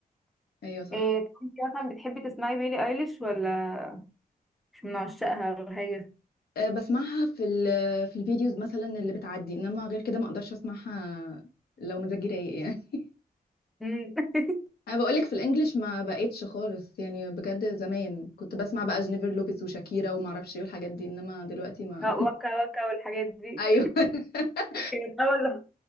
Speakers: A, on the left; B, in the centre.
A: ايوه صح
B: إيه طب انت مثلا بتحبي تسمعي بيلي ايليش ولا مش من عشاقها ولا حاجه
A: آه، بسمعها في ال- في الفيديوز مثلا اللي بتعدي انما غير كده ما اقدرش اسمعها لو مزاجي رايق يعني <laughs>
B: امم <laughs>
A: انا بقولك في الانجليش ما بقتش خالص يعني بجد زمان كنت بسمع بقى جينيفر لوبيز وشاكيرا وما اعرفش ايه الحاجات دي انما دلوقتي ما
B: آه، وكا وكا والحاجات دي
A: <laughs> ايوه <laughs>
B: كانت اول